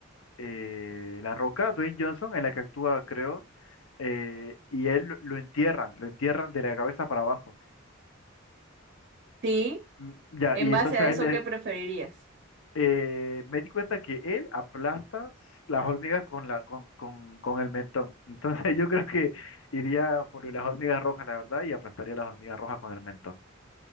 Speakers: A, on the left; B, on the right.
A: eh, La Roca, Dwayne Johnson, en la que actúa, creo. eh, y él lo- lo entierran, lo entierran de la cabeza para abajo.
B: Sí.
A: Mm, Ya,
B: En
A: y
B: base
A: entonces
B: a
A: a
B: eso,
A: él le-
B: ¿qué preferirías?
A: eh, me di cuenta que él aplasta las hormigas con la, con, con, con el mentón. Entonces <laughs> yo creo que iría por las hormigas rojas, la verdad, y aplastaría las hormigas rojas con el mentón.